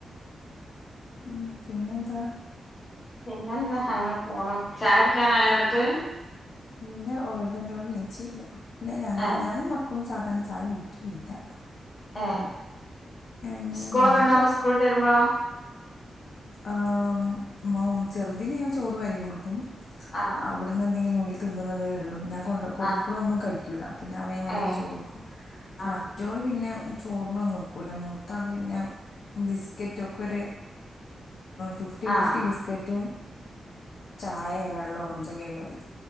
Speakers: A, on the left; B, on the left.
A: ഉം പിന്നെന്താ
B: പിന്നെന്താ അങ്ങനെ പോണ ചായാടിക്കാനായോന്നിട്ട്
A: നിന്റെ ഒരു രണ്ടോളം േച്ചിയില്ല പിന്ന ഞങ്ങ
B: ഏഹ്
A: ഞാനും മക്കളും സാധാരണ ചായ കുടിക്കുകല്ല
B: ഏ
A: ഞങ്ങ-
B: സ്കൂളൊക്കെ
A: ഞങ്ങൾക്ക്
B: ഉണ്ടാവുമ്പോ സ്കൂളിട്ട് വരുമ്പോഴാ
A: ആ മ ചെറുതീന് ഞാൻ ചോറ് വരി കൊടുക്കും
B: ആഹ്
A: അവിടുന്ന് എന്തെങ്കിലും ന തിന്നുന്നതേ ഉള്ളൂ കൊ കൊടുത്തക്കളൊന്നും
B: ആഹ്
A: കഴിക്കൂല്ല അപ്പൊ ഞാൻ വന്നിട്ട്
B: ഏഹ്
A: ചോറ് കൊടുക്കും
B: ആഹ്
A: മറ്റോള് പിന്നെ ചോറിനൊന്നും നിൽക്കൂല്ല മൂത്താള് പിന്നെ ബിസ്ക്കറ്റൊക്കെ ഒരു ഫിഫ്റ്റി
B: ആഹ്
A: ഫിഫ്റ്റി ബിസ്ക്കറ്റും ചായ വെള്ളം എന്തെങ്കിലും മതി